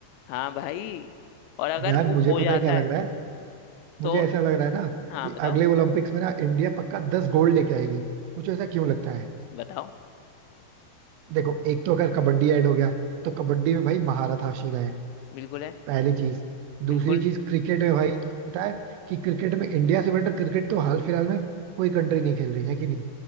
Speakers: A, on the left; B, on the right.
A: हाँ भाई और अगर
B: यार
A: वो
B: मुझे
A: हो जाता
B: पता है क्या लग
A: है
B: रहा है मुझे
A: तो
B: ऐसा लग रहा है ना
A: हाँ
B: कि
A: बताओ
B: अगले ओलंपिक्स में ना इंडिया पक्का दस गोल्ड लेके आएगी मुझे ऐसा क्यों लगता है
A: बताओ
B: देखो एक तो अगर कबड्डी ऐड हो गया तो कबड्डी में भाई महारत हासिल है
A: बिल्कुल है
B: पहली चीज
A: बिल्कुल
B: दूसरी चीज क्रिकेट में भाई तुम्हें पता है कि क्रिकेट में इंडिया से बेटर क्रिकेट तो हाल फिलहाल में कोई कंट्री नहीं खेल रही है कि नहीं